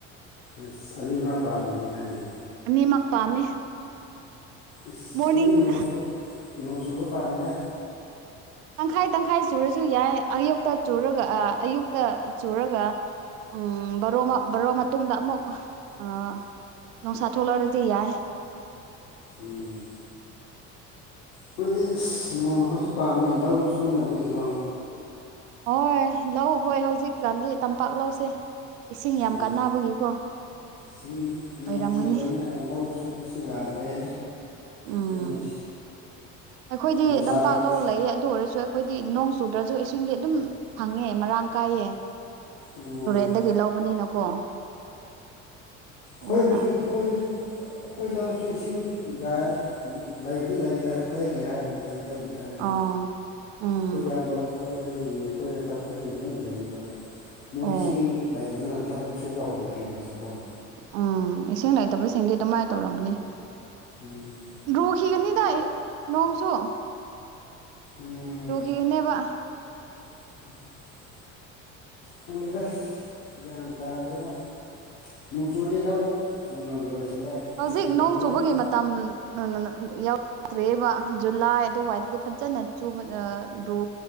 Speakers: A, on the left; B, on the right.
A: ꯑꯁ ꯑꯅꯤꯃꯛ ꯄꯥꯝꯃꯤꯅꯦ ꯅꯪꯗꯤ
B: ꯑꯅꯤꯃꯛ ꯄꯥꯝꯃꯤ
A: ꯏꯁ
B: ꯃꯣꯔꯅꯤꯡ
A: ꯈꯣꯏꯗꯤ ꯅꯣꯡ ꯆꯨꯕ ꯅꯣꯡ ꯆꯨꯕ ꯄꯥꯝꯃꯦꯗ
B: ꯇꯪꯈꯥꯏ ꯇꯪꯈꯥꯏ ꯆꯨꯔꯁꯨ ꯌꯥꯏ ꯑꯌꯨꯛꯇ ꯆꯨꯔꯒ ꯑ ꯑꯌꯨꯛꯇ ꯆꯨꯔꯒ ꯎꯝ ꯕꯔꯣꯃ ꯕꯔꯣ ꯃꯇꯨꯡꯗ ꯑꯃꯨꯛ ꯑ ꯅꯣꯡꯁꯥ ꯊꯣꯂꯔꯗꯤ ꯌꯥꯏ
A: ꯎꯝ ꯑꯩꯈꯣꯏꯗꯤ ꯑꯁ ꯅꯣꯡ ꯍꯧꯖꯤꯛ ꯄꯥꯝꯃꯦ ꯂꯧ ꯁꯨꯅꯕꯒꯤꯀꯣ
B: ꯍꯣꯏ ꯂꯧ ꯍꯣꯏ ꯍꯧꯖꯤꯛꯀꯥꯟꯗꯤ ꯇꯝꯄꯥꯛ ꯂꯧꯁꯦ ꯏꯁꯤꯡ ꯌꯥꯝ
A: ꯎꯝ
B: ꯀꯥꯟꯅꯕꯒꯤꯀꯣ
A: ꯁꯤꯡ ꯅꯣꯡ
B: ꯑꯣꯏꯔꯝꯒꯅꯤ
A: ꯆꯨꯗꯕꯅꯦꯅ ꯂꯧ ꯁꯨꯕꯁꯨ ꯌꯥꯗ꯭ꯔꯦ
B: ꯎꯝ
A: ꯑꯗꯨꯅ
B: ꯑꯩꯈꯣꯏꯗꯤ
A: ꯅꯨꯡꯁꯥ
B: ꯇꯝꯄꯥꯛ
A: ꯉꯥꯛ
B: ꯂꯧ ꯂꯩꯌꯦ ꯑꯗꯨ ꯑꯣꯏꯔꯁꯨ ꯑꯈꯣꯏꯗꯤ ꯅꯣꯡ ꯆꯨꯗ꯭ꯔꯁꯨ ꯏꯁꯤꯡꯗꯤ ꯑꯗꯨꯝ ꯐꯪꯉꯦ ꯃꯔꯥꯡ ꯀꯥꯏꯌꯦ
A: ꯑꯣ
B: ꯇꯣꯔꯦꯟꯗꯒꯤ ꯂꯧꯕꯅꯤꯅꯀꯣ ꯑꯗꯨꯅ
A: ꯈꯣꯏꯁꯨ ꯑꯩꯈꯣꯏꯁꯨ ꯑꯈꯣꯏ ꯂꯧꯁꯦ ꯏꯁꯤꯡ ꯌꯥꯏ ꯂꯩꯕꯨꯗꯤ ꯂꯩꯗ ꯑꯇꯩꯒꯤ ꯍꯥꯏꯕꯅꯤꯗ ꯑꯇꯩꯒꯤ ꯈꯜꯂꯒ
B: ꯑꯥ ꯎꯝ
A: ꯑꯈꯣꯏ ꯏꯌꯥꯝꯕ ꯈꯣꯏꯒꯤ ꯑꯈꯣꯏ ꯑꯪꯀꯜ ꯈꯣꯏꯒꯤ ꯂꯣꯏ ꯂꯩꯌꯦꯕ ꯃꯣꯏꯁꯤꯡ
B: ꯑꯣ
A: ꯂꯩ ꯗꯅ ꯊꯕꯛ ꯁꯨꯕ ꯍꯧꯗ꯭ꯔꯤꯕ ꯍꯣꯖꯐꯥꯎ
B: ꯑꯥ ꯏꯁꯤꯡ ꯂꯩꯇꯕꯁꯤꯡꯗꯤ ꯑꯗꯨꯃꯥꯏ ꯇꯧꯔꯝꯅꯤ
A: ꯎꯝ
B: ꯗ꯭ꯔꯨꯈꯤꯒꯅꯤꯗ ꯅꯣꯡꯁꯨ
A: ꯎꯝ
B: ꯇꯨꯈꯤꯒꯅꯦꯕ
A: <inaudible> ꯈꯟꯗꯦꯗ ꯒ꯭ꯌꯥꯟ ꯇꯥꯗ꯭ꯔꯦꯗ ꯅꯣꯡꯆꯨꯗꯤ ꯂꯧ ꯊꯨꯅ ꯂꯣꯏꯁꯤꯜꯂꯦ
B: ꯍꯧꯖꯤꯛ
A: ꯆꯨꯗ꯭ꯔꯗꯤ
B: ꯅꯣꯡ ꯆꯨꯕꯒꯤ
A: ꯑꯗꯨꯝ
B: ꯃꯇꯝ <unintelligible> ꯌꯥꯎꯔꯛꯇ꯭ꯔꯦꯕ ꯖꯨꯂꯥꯏ ꯑꯗꯨ ꯋꯥꯏꯗꯗꯤ ꯐꯖꯅ ꯆꯨꯕ ꯑꯥ ꯔꯨ